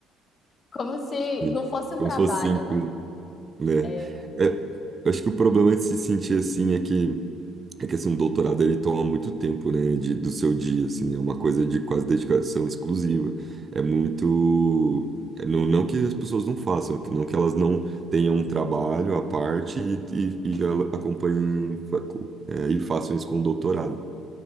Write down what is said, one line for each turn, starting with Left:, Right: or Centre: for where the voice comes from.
Left: Como se
Right: sim.
Left: não fosse um
Right: Como
Left: trabalho,
Right: se fosse simples,
Left: né?
Right: né?
Left: É,
Right: É, eu acho que o problema de se sentir assim é que É que assim, um doutorado ele toma muito tempo, né, de, do seu dia, assim, é uma coisa de quase dedicação exclusiva. É muito, é, não, não que as pessoas não façam, é que- não que elas não tenham um trabalho à parte e, e, e já acompanhem fa- co- é, e façam isso com o doutorado.